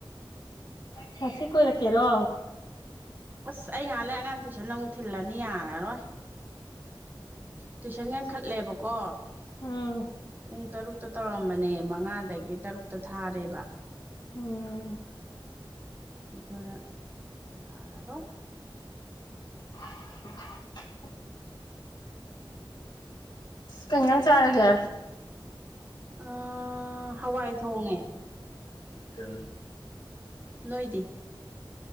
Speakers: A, on the left; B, on the right.
A: ꯉꯁꯤ ꯀꯣꯏꯔꯛꯀꯦꯔꯣ
B: ꯑꯁ ꯑꯩ ꯉꯍꯥꯟꯂꯦ ꯑꯉꯥꯡ ꯇꯨꯏꯁꯟ ꯑꯃꯨꯛ ꯊꯤꯜꯂꯅꯤ ꯌꯥꯔꯔꯣꯏ ꯇꯨꯏꯁꯟ ꯌꯥꯡꯈꯠꯂꯦꯕꯀꯣ
A: ꯎꯝ
B: ꯄꯨꯡ ꯇꯔꯨꯛ ꯇꯧꯔꯝꯕꯅꯦ ꯃꯉꯥꯗꯒꯤ ꯇꯔꯨꯛꯇ ꯊꯥꯔꯦꯕ
A: ꯎꯝ
B: ꯑꯗꯨꯅ ꯌꯥꯔꯔꯣ
A: <inaudible> <inaudible> ꯀꯩꯅꯌꯥ ꯆꯔꯒ
B: ꯍꯋꯥꯏ ꯊꯣꯡꯉꯦ
A: ꯀ <unintelligible>
B: ꯅꯣꯏꯗꯤ